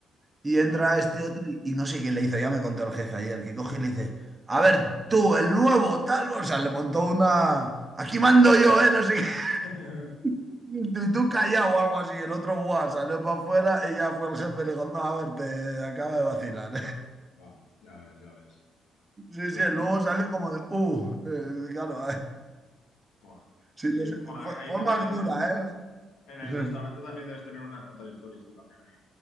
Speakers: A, on the right; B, on the left.
A: y
B: ¿Vale?
A: entra este otro y, y no sé qué le hizo, ya me contó el jefe ayer, que coge y le dice, a ver, tú, el nuevo, tal, o sea, le montó una... Aquí mando yo, ¿eh? No sé qué. <laughs>
B: <laughs>
A: Y tú y tú callado o algo así. El otro, guau, salió para afuera y ya fue el jefe y le dijo, no, a ver, te acaba de vacilar.
B: Buah, ya ves, ya ves.
A: Sí,
B: Pues
A: sí,
B: nada,
A: luego sale como de, uh, eh, claro,
B: Buah.
A: <laughs> sí,
B: increíble.
A: les-
B: Bueno, ahí
A: fue,
B: ahí
A: fue
B: también
A: más
B: en
A: dura,
B: el,
A: ¿eh? <laughs>
B: en el
A: Sí.
B: restaurante también debes tener unas cuantas historias tú también ahí.